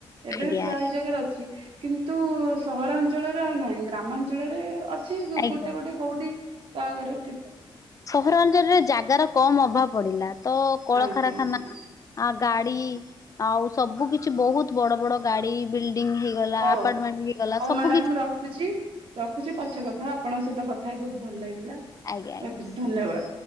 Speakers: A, on the right (about 75°); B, on the left (about 35°).
A: ଏବେ
B: ଆଜ୍ଞା
A: ବି ପ୍ରାୟ ଜାଗାରେ ଅଛି, କିନ୍ତୁ ତୁ ସହରାଞ୍ଚଳରେ ଆଉ ନାହିଁ, ଗ୍ରାମାଞ୍ଚଳରେ ଅଛି,
B: ଆଜ୍ଞା
A: ଗୋଟେ, ଗୋଟେ, କୋଉଠି କା ଘରେ ଥିବ।
B: ସହରାଞ୍ଚଳରେ ଜାଗାର କମ ଅଭାବ ପଡିଲା ତ, କଳକାରାରଖାନା
A: ଆଜ୍ଞା ଆଜ୍ଞା
B: ଗାଡି ଆଉ ସବୁ କିଛି ବହୁତ ବଡ ବଡ ଗାଡି, ବିଲଡିଙ୍ଗ ହେଇଗଲା,
A: ହଉ
B: ଆପାର୍ଟମେଣ୍ଟ ହେଇଗଲା,
A: ହଉ
B: ସବୁ
A: ମ୍ୟାଡାମ
B: କି
A: ରଖୁଛି ରଖୁଛି, ପଛେ କଥା, ଆପଣଙ୍କ ସହିତ କଥା ହି ବହୁତ ଭଲ ଲାଗିଲା,
B: ଆଜ୍ଞା ଆଜ୍ଞା।
A: ରଖୁଛି ଧନ୍ୟବାଦ।